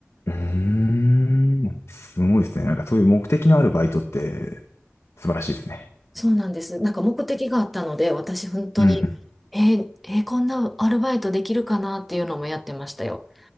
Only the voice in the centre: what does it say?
そうなんです。なんか目的があったので、私本当に、
えーえーこんなアルバイトできるかなっていうのもやってましたよ。